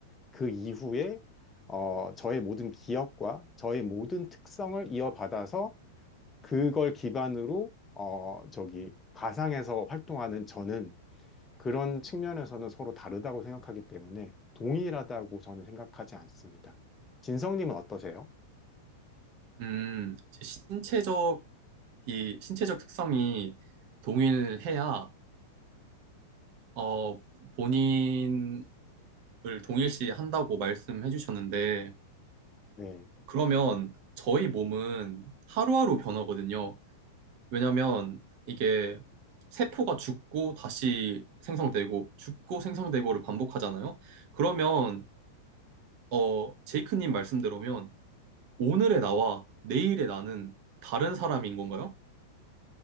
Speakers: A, on the left; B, on the right.
A: 그 이후에 어, 저의 모든 기억과 저의 모든 특성을 이어받아서 그걸 기반으로 어, 저기 가상에서 활동하는 저는 그런 측면에서는 서로 다르다고 생각하기 때문에 동일하다고 저는 생각하지 않습니다. 진성님은 어떠세요?
B: 음, 이제 신체적 이 신체적 특성이 동일해야 어 본인을 동일시 한다고 말씀해 주셨는데
A: 네.
B: 그러면 저희 몸은 하루하루 변하거든요. 왜냐면 이게 세포가 죽고 다시 생성되고 죽고 생성되고를 반복하잖아요. 그러면
A: 네.
B: 어 제이크님 말씀대로면 오늘의 나와 내일의 나는 다른 사람인 건가요?